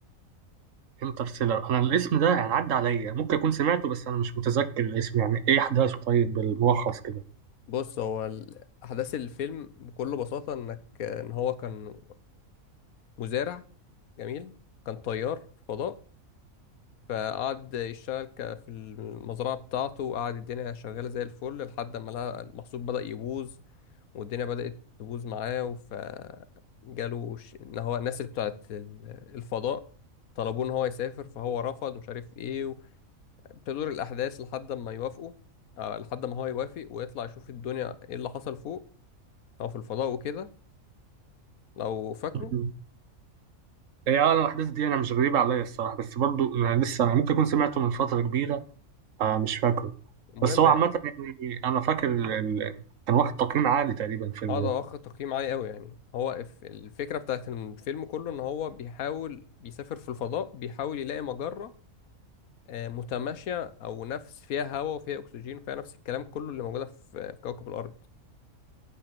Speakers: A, on the right; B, on the left.
A: انترستيلر انا الاسم ده يعني عدى عليا ممكن اكون سمعته بس انا مش متذكر الاسم يعني ايه احداثه طيب بالملخص كده
B: بص هو ال- احداث الفيلم بكل بساطه انك ان هو كان مزارع جميل كان طيار في فضاء فقعد يشتغل ك- في المزرعه بتاعته وقعد الدنيا شغاله زي الفل لحد ما لقى المحصول بدا يبوظ والدنيا بدات تبوظ معاه فجاله ش- ان هو الناس اللي بتاعت ال- الفضاء طلبوه ان هو يسافر فهو رفض ومش عارف ايه تدور الاحداث لحد ما يوافقوا آه، لحد ما هو يوافق ويطلع يشوف الدنيا ايه اللي حصل فوق او في الفضاء وكده لو فاكره
A: مم. هي اه الاحداث دي انا مش غريبة عليا الصراحة بس برضه انا لسه ممكن اكون سمعته من فترة كبيرة آه مش فاكره
B: المهم
A: بس هو
B: يعني
A: عامة يعني أنا فاكر ال... ال... كان واخد تقييم عالي تقريبا الفيلم
B: اه ده
A: ده
B: واخد تقييم عالي قوي يعني هو الف- الفكره بتاعت الفيلم كله ان هو بيحاول بيسافر في الفضاء بيحاول يلاقي مجره آه، متماشيه او نفس فيها هواء وفيها اكسجين وفيها نفس الكلام كله اللي موجوده في في كوكب الارض